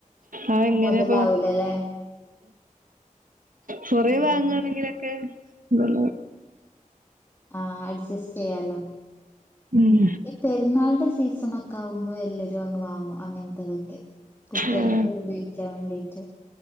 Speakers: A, on the right; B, on the left.
A: ആ എങ്ങനെയപ്പോ
B: മൊതലാവൂലല്ലേ
A: കൊറ
B: അതാണ്
A: വാങ്ങയാണെങ്കിലൊക്കെ എന്ത
B: ആ അഡ്ജസ്റ്റ് ചെയ്യാല
A: ഉം
B: ഈ പെരുന്നാളി സീസൺ ഭക്ഷമൊക്ക ആകുമ്പോൾ എല്ലാവരും അങ്ാങ്ങും അങ്ങനത്തതൊക്കെ കുട്ടികൾക്ക്
A: ആഹ്
B: ഉപയോഗിക്കാൻ വേണ്ടിട്ട്